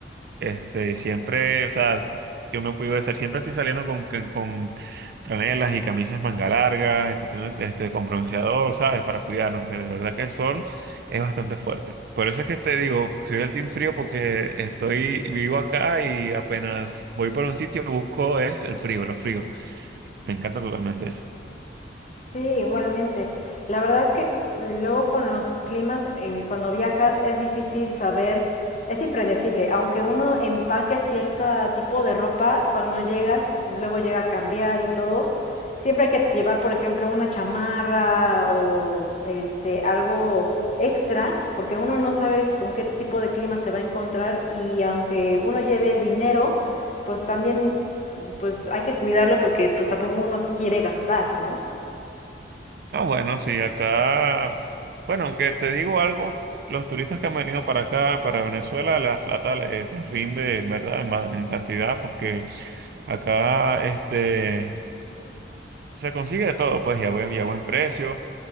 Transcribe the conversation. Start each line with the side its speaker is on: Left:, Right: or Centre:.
Right: Este, y siempre, o sea, yo me cuido de ser, siempre estoy saliendo con, con, con franelas y camisas manga largas, y cuestiones, este, con bronceador, ¿sabes? Para cuidarnos, porque de verdad que el sol es bastante fuerte. Por eso es que te digo, soy del team frío porque estoy, vivo acá y apenas voy por un sitio, busco es el frío, los fríos. Me encanta totalmente eso.
Left: Sí, igualmente. La verdad es que luego con los climas, eh, cuando viajas, es difícil saber, es impredecible. Aunque uno empaque cierto tipo de ropa, cuando llegas, luego llega a cambiar y todo. Siempre hay que llevar, por ejemplo, una chamarra o este algo extra, porque uno no sabe con qué tipo de clima se va a encontrar y aunque uno lleve dinero, pues también pues hay que cuidarlo porque pues tampoco uno quiere gastar, ¿no?
Right: Ah, bueno, sí, acá, bueno, aunque te digo algo, los turistas que han venido para acá, para Venezuela, la plata les, les rinde, en ¿verdad? En, ma- en cantidad, porque acá, este, se consigue de todo, pues, y a buen, y a buen precio,